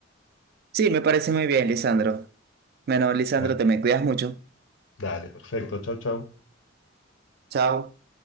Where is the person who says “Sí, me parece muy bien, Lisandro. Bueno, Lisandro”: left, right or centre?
Right